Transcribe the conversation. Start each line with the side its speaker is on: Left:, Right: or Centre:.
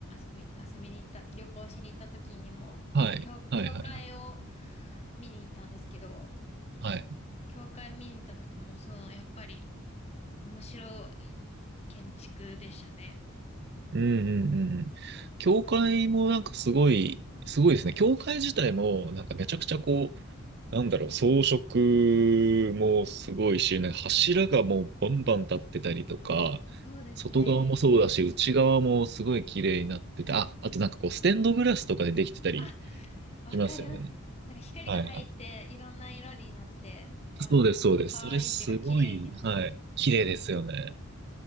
Left: 遊び、遊びに行った、旅行しに行った時にも、
Right: はい。
Left: あの、教、
Right: はいはいはい。
Left: 教会を見に行ったんですけど、
Right: はい
Left: 教会見に行った時も、その、やっぱり、面白い建築でしたね。
Right: うんうんうんうん。教会もなんかすごい、すごいですね。教会自体もなんかめちゃくちゃこう、なんだろう、装飾もすごいし、なんか柱がもうバンバン立ってたりとか、
Left: そうですね。
Right: 外側もそうだし、内側もすごい綺麗になってて、あ、あとなんかこう、ステンドグラスとかでできてたり
Left: あ、わかります。
Right: しますよね。
Left: なんか光が入って、
Right: はいはい。
Left: いろんな色になって、かわいい。
Right: そうです、そうです。
Left: かわいいっていうか、
Right: それすごい、
Left: 綺麗になってる。
Right: はい。綺麗ですよね。